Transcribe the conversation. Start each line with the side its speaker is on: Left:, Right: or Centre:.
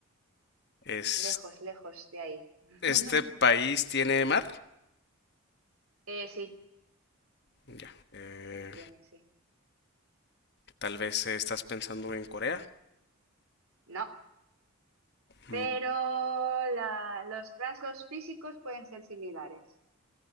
Left: es,
Right: Lejos, lejos de ahí. <laughs>
Left: este país tiene mar.
Right: Eh, sí,
Left: Ya. Eh,
Right: sí tiene, sí.
Left: tal vez estás pensando en Corea.
Right: No, pero
Left: Mm,
Right: la- los rasgos físicos pueden ser similares.